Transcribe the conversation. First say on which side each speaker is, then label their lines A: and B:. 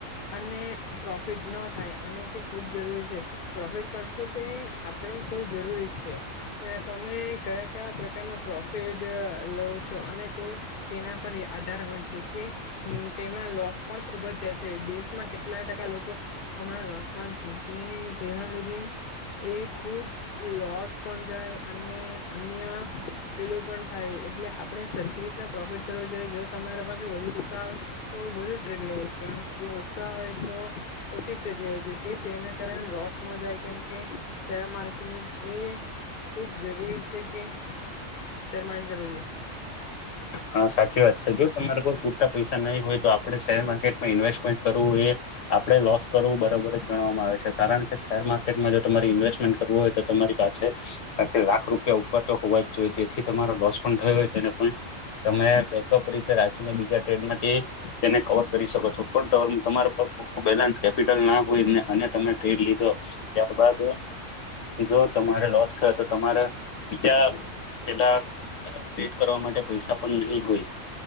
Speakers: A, on the left; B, on the left.
A: અને પ્રોફિટ ન થાય અને તે ખુબ જરૂરી છે. પ્રોફિટ કરશો તે આપણે ખુબ જરૂરી છે તમે કયા કયા પ્રકારનો પ્રોફિટ લો છો અને તે તે ન પર આધાર હોય છે કે તેમાં લોસ પણ ખુબ જ જાય છે. દેશમાં કેટલા ટકા લોકો લોકો હમણાં લોસન છે તેના લીધે એ ખૂબ લોસ લોસ પણ જાય અને અન્ય પેલું પણ થાય એટલે આપણેે સરખી રીતના પ્રોફિટ કરવું જોઈએ જો તમારા પાસે વધુ પૈસો આવે તો બધું ટ્રેન લેવ અને જો ઓસાહ હોય તો ઓછી ટ્રેન લે હોય છે કે તેના કારણ લોસ નો જાય કેમ કે શેર માર્કેટ એ ખૂબ જરૂરી છે કે શેર માર્કેટ કરવું જોઈએ
B: હા, સાચી વાત છે જો તમારે પૂરતા પૈસા નહી હોય તો આપણે શેર માર્કેટમાં ઇન્વેસ્ટમેન્ટ કરવું એ આપણે લોસ્ટ કરવું બરાબર જ ગણવામાં આવે છે કારણ કે શેર માર્કેટમાં જો તમારે ઇન્વેસ્ટમેન્ટ કરવું હોય તો તમારી પાસે પાસે લાખ રૂપિયા ઉપર તો હોવા જ જોઈએ. જેથી તમારો લોસ પણ થયો હોય તેને પણ તમે બેકઅપ રીતે રાખીને બીજા ટ્રેડમાંથી કવર કરી શકો છો પણ તમારા પર ખ બેલેન્સ કેપિટલ ના હોય ને અને તમે ટ્રેડ લીધો ત્યારબાદ જો તમારે લોસ થયો તો તમારા બીજા પેલા સેટ કરવા માટે પૈસા પણ નહી હોય.